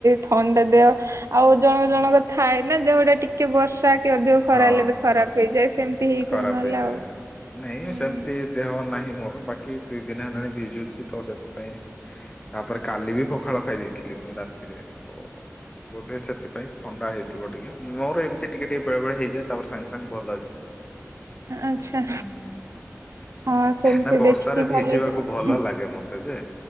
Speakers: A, on the right (about 65°); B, on the left (about 20°).
A: ଥଣ୍ଡା ଟା ଦେହ ଆଉ ଜଣ ଜଣଙ୍କ ଥାଏ ନା ଦେହଟା ଟିକେ ବର୍ଷା ଅଧିକ ଖରା
B: ହଁ।
A: ହେଲେ ବି ଖରାପ ହେଇଯାଏ ସେମିତି ହେଇଥିବ
B: ଖରାପ
A: ନହେଲେ
B: ହେଇଯାଏ
A: ଆଉ।
B: ନାଇଁ
A: ହୁଁ
B: ସେମିତି ଦେହ ନାହିଁ ମୋ ବାକି ଦୁଇ ଦିନ ହେଲାଣି ଭିଜୁଛି ତ ସେଥିପାଇଁ ତାପରେ କାଲି ବି ପଖାଳ ଖାଇ ଦେଇଥିଲି ରାତିରେ ତ ବୋଧେ ସେଥିପାଇଁ ଥଣ୍ଡା ହେଇଥିବ ଟିକେ ମୋର ଏମିତି ଟିକେ ଟିକେ ବେଳେ ବେଳେ ହେଇଯାଏ ତାପରେ ସାଙ୍ଗେ ସାଙ୍ଗେ ଭଲ ହେଇଯାଏ।
A: ଆଚ୍ଛା।
B: ହୁଁ।
A: ହଁ ସେମିତି
B: ନା ବର୍ଷାରେ
A: ଦେଖିକି ଭଲ
B: ଭିଜିବାକୁ
A: ହେଇଯାଉ
B: ଭଲ ଲାଗେ ମତେ ଯେ